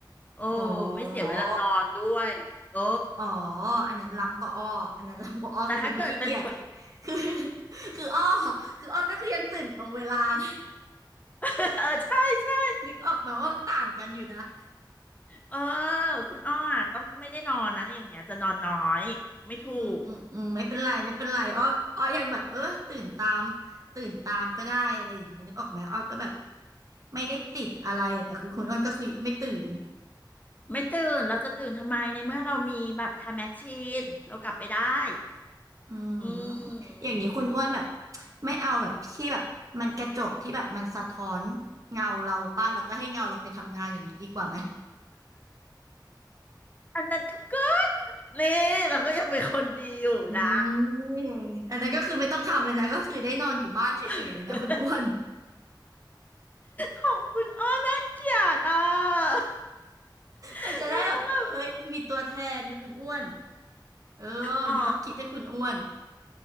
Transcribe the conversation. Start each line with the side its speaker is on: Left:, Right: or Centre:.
Left: โอ้
Right: อ๋อ
Left: ไม่เสียเวลานอนด้วยโอ้
Right: อ๋ออันนั้นล้ำกว่าอ้ออันนั้นล้ำกว่าอ้อคือเป็นคนขี้เกียจ
Left: แต่ถ้าเกิดเป็น
Right: คือคือคืออ้อคืออ้อก็คือยังตื่นตรงเวลานะ
Left: <laughs> เออใช่ใช่
Right: นึกออกมาว่ามันต่างกันอยู่นะ
Left: เออคุณอ้ออะต้องไม่ได้นอนนะอย่างเงี้ยจะนอนน้อยไม่ถูก
Right: อืมอืมอืมไม่เป็นไรไม่เป็นไรอ้ออ้อยังแบบเออตื่นตามตื่นตามก็ได้อะไรอย่างเงี้ยนึกออกไหมอ้อก็แบบไม่ได้ติดอะไรอะแต่คือคุณอ้วนก็คือไม่ตื่น
Left: ไม่ตื่น เราจะตื่นทำไมในเมื่อเรามีแบบไทม์แมชชีนเรากลับไปได้
Right: อืม
Left: อืม
Right: อย่างนี้คุณอ้วนแบบไม่เอาแบบที่แบบมันกระจกที่แบบมันสะท้อนเงาเราป้าแล้วก็ให้เงาเราไปทำงานอย่างนี้ดีกว่าไหม
Left: อันนั้นก็เกินนี่เราก็ยังเป็นคนดีอยู่นะ
Right: อืมอันนั้นก็คือไม่ต้องทำเลยนะก็คือได้นอนอยู่บ้านเฉยๆเลยนะคุณอ้วน
Left: เออ <laughs> ของคุณอ้อน่าเกลียดอ่ะ <laughs>
Right: มันจะได้แบบเอ้ยมีตัวแทนไงคุณอ้วน
Left: แล้วก็แบบ
Right: เออ
Left: อ๋อ
Right: นี่อ้อคิดให้คุณอ้วน